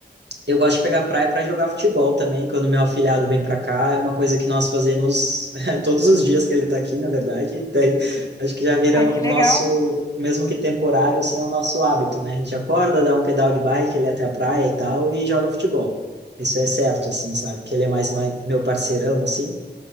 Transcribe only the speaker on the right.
eu gosto de pegar praia para jogar futebol também, quando meu afilhado vem para cá, é uma coisa que nós fazemos <laughs> todos os dias que ele tá aqui, na verdade. <laughs> Daí, acho que já vira
o
nosso, mesmo que temporário, assim, é o nosso hábito, né? A gente acorda, dá um pedal de bike ali até a praia e tal, e joga futebol. Isso é certo, assim, sabe? Que ele é mais ma- meu parceirão, assim.